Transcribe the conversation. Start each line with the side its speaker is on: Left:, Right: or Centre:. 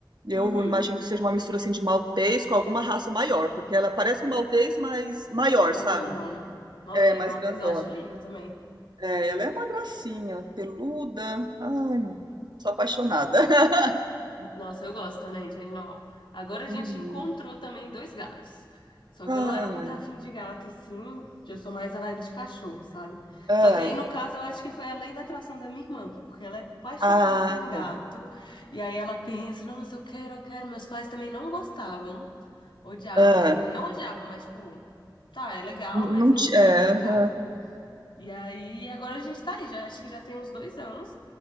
Right: eu
Left: uhum.
Right: imagino que seja uma mistura, assim, de maltês com alguma raça maior, porque ela parece um maltês, mas maior,
Left: Mais
Right: sabe?
Left: grandona. Maltês,
Right: É, mais
Left: maltês
Right: grandona.
Left: eu acho linda também.
Right: É, ela é uma gracinha, peluda, ai, meu Deus, sou apaixonada. <laughs>
Left: Nossa, eu gosto também de animal. Agora a gente
Right: Uhum.
Left: encontrou também dois gatos. Só que eu
Right: Ai,
Left: não era muito afim de gato, assim. Eu sou mais a vibe de cachorro, sabe?
Right: ah,
Left: Só que aí, no caso, eu acho que foi a lei da atração da minha irmã, porque ela é apaixonadíssima
Right: ah,
Left: em gato.
Right: tá,
Left: E aí ela pensa, nossa, eu quero, eu quero. Meus pais também não gostavam, odiavam,
Right: ah.
Left: assim, não odiavam, mas tipo, tá, é legal,
Right: Não
Left: mas não
Right: ti
Left: quero
Right: é,
Left: aqui em
Right: aham.
Left: casa. E aí, agora a gente tá aí, já, acho que já tem uns dois anos.